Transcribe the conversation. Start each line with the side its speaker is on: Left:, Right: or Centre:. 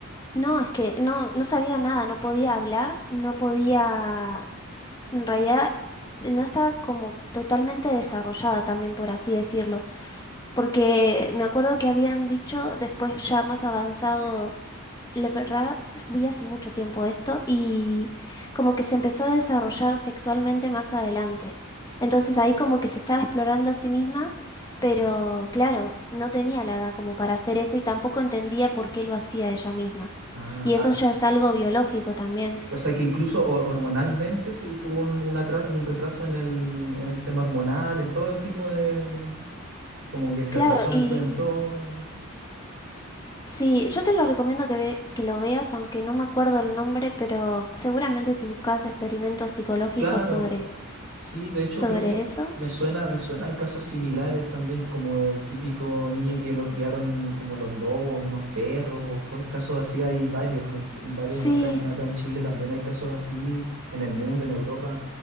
Left: No, es que no, no sabía nada, no podía hablar, no podía, en realidad no estaba como totalmente desarrollada también, por así decirlo, porque me acuerdo que habían dicho después ya más avanzado la verdad, vi hace mucho tiempo esto y como que se empezó a desarrollar sexualmente más adelante. Entonces ahí como que se estaba explorando a sí misma, pero claro, no tenía la edad como para hacer eso y tampoco entendía por qué lo hacía ella misma.
Right: Ah,
Left: Y
Right: ah,
Left: eso ya es algo biológico también.
Right: o sea que incluso ho- hormonalmente se tuvo un, un atra- un retraso en el, en el tema hormonal, en todo el tipo de, como que se
Left: Claro,
Right: atrasó
Left: y
Right: en, to- en todo.
Left: sí, yo te lo recomiendo que, ve- que lo veas, aunque no me acuerdo el nombre, pero seguramente si buscas experimentos psicológicos
Right: Claro,
Left: sobre,
Right: Sí, de hecho
Left: sobre
Right: creo que
Left: eso.
Right: me suena, me suenan casos similares también, como del típico niño que lo criaron como los lobos, unos perros, o co- casos así hay varios, en, en varios
Left: Sí,
Right: acá, en acá en Chile también hay casos así, en el mundo, en Europa.